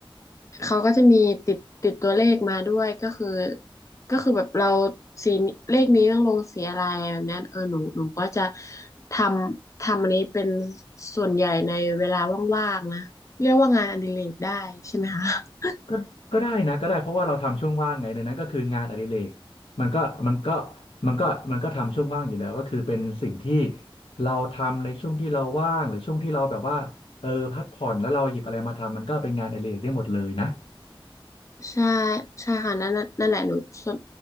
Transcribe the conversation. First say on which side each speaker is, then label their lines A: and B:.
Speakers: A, on the left (about 35°); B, on the left (about 85°).
A: เขาก็จะมีติดติดตัวเลขมาด้วยก็คือก็คือแบบเราสีเลขนี้ต้องลงสีอะไรแบบเนี้ยเออหนูหนูก็จะทำทำอันนี้เป็นส่วนใหญ่ในเวลาว่างๆนะเรียกว่างานอดิเรกได้ใช่ไหมคะ <laughs>
B: ก็ก็ได้นะก็ได้เพราะว่าเราทำช่วงว่างไงดังนั้นก็คืองานอดิเรกมันก็มันก็มันก็มันก็ทำช่วงว่างอยู่แล้วก็คือเป็นสิ่งที่เราทำในช่วงที่เราว่างหรือช่วงที่เราแบบว่าเออพักผ่อนแล้วเราหยิบอะไรมาทำมันก็เป็นงานอดิเรกได้หมดเลยนะ
A: ใช่ใช่ค่ะนั่นน่ะนั่นแหละหนูส่วน